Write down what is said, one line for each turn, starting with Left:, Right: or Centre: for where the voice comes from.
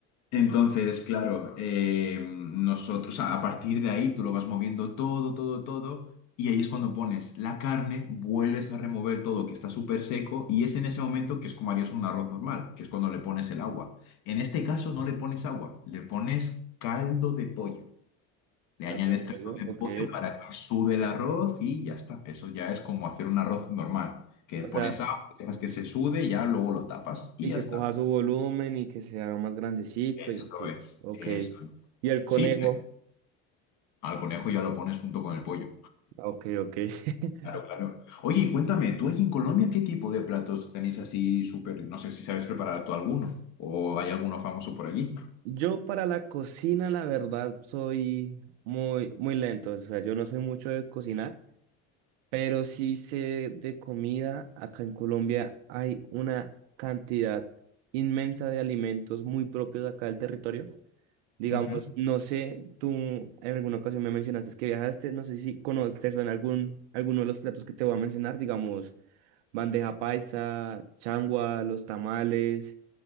Left: Entonces, claro, eh, nosotros a a partir de ahí tú lo vas moviendo todo, todo, todo, y ahí es cuando pones la carne, vuelves a remover todo que está súper seco, y es en ese momento que es como harías un arroz normal, que es cuando le pones el agua. En este caso no le pones agua, le pones caldo de pollo. Le
Right: Caldo
Left: añades
Right: de pollo,
Left: caldo de
Right: ok.
Left: pollo para que sude el arroz y ya está. Eso ya es como hacer un arroz normal, que
Right: O
Left: pones
Right: sea,
Left: agua, dejas que se sude, ya luego lo tapas y
Right: y
Left: ya
Right: que
Left: está.
Right: coja su volumen y que se haga más grandecito
Left: Eso
Right: y así.
Left: es,
Right: Ok.
Left: eso es.
Right: Y el conejo,
Left: Sí, al conejo ya lo pones junto con el pollo.
Right: ah, ok, ok. <laughs>
Left: Claro, claro. Oye, y cuéntame, ¿tú allí en Colombia qué tipo de platos tenéis así súper? No sé si sabes preparar tú alguno o hay alguno famoso por allí.
Right: Yo para la cocina, la verdad, soy muy, muy lento. O sea, yo no soy mucho de cocinar, pero sí sé de comida. Acá en Colombia hay una cantidad inmensa de alimentos muy propios de acá del territorio. Digamos,
Left: Ujú.
Right: no sé, tú en alguna ocasión me mencionaste que viajaste, no sé si conoces, te suena algún, alguno de los platos que te voy a mencionar, digamos, bandeja paisa, changua, los tamales,